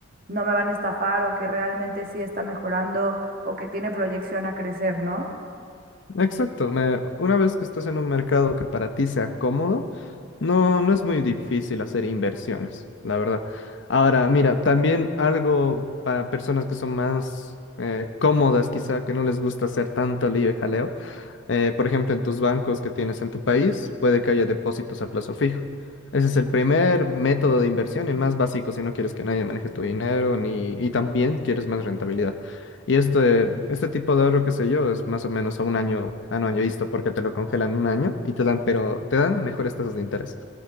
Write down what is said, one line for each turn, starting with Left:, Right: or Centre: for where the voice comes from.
Right: no me van a estafar o que realmente sí está mejorando o que tiene proyección a crecer, ¿no?
Left: Exacto, me- una vez que estés en un mercado que para ti sea cómodo, no, no es muy difícil hacer inversiones, la verdad. Ahora, mira, también algo para personas que son más eh, cómodas, quizá que no les gusta hacer tanto lío y jaleo. Eh, por ejemplo, en tus bancos que tienes en tu país, puede que haya depósitos a plazo fijo. Ese es el primer método de inversión y el más básico si no quieres que nadie maneje tu dinero ni, y también quieres más rentabilidad. Y este, este tipo de ahorro, qué sé yo, es más o menos a un año, a un año vista porque te lo congelan un año y te dan, pero te dan mejores tasas de interés.